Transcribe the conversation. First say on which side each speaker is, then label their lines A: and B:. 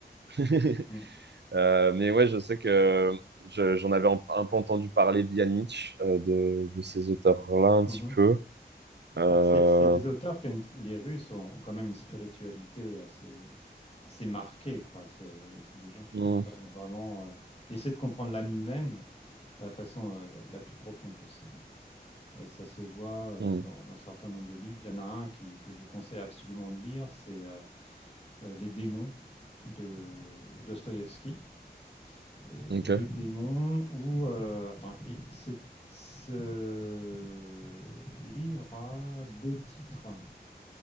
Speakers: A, on the right; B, on the left.
A: <laughs>
B: Mhm.
A: Euh, mais ouais, je sais que je- j'en avais un, un peu entendu parler via Nietzsche, euh, de, de ces auteurs-là un
B: Mhm.
A: petit peu. Euh,
B: Bah, c'est c'est des auteurs qui les Russes ont quand même une spiritualité assez, assez marquée, quoi. C'est c'est des gens qui
A: mhm,
B: comprennent vraiment, euh, qui essaient de comprendre l'âme humaine euh, de façon euh, la, la plus profonde possible. Et ça se voit euh,
A: mhm.
B: dans, dans un certain nombre de livres. Il y en a un qui, que je conseille absolument de lire, c'est euh, euh, Les démons de Dostoïevski. Et
A: Ok.
B: Les démons où... euh, attends, et ce, ce livre a deux titres.